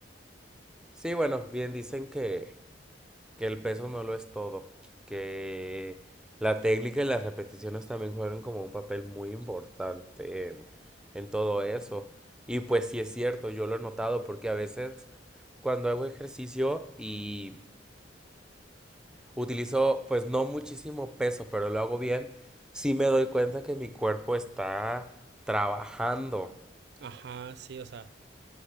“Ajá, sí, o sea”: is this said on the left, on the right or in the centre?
Right